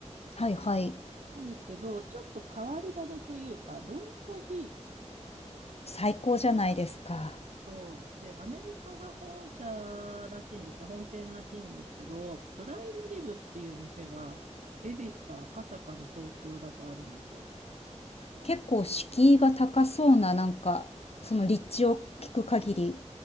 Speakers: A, on the left; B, on the right.
A: はいはい。
B: なんですけど、ちょっと変わり種というか、ローストビーフ
A: 最高じゃないですか。
B: と、で、アメリカが本社らしいんですけど、本店らしいんですけど、プライムリブっていう店が、恵比寿と赤坂に東京だとあるんですよ。
A: 結構敷居が高そうな、なんか、その立地を聞く限り、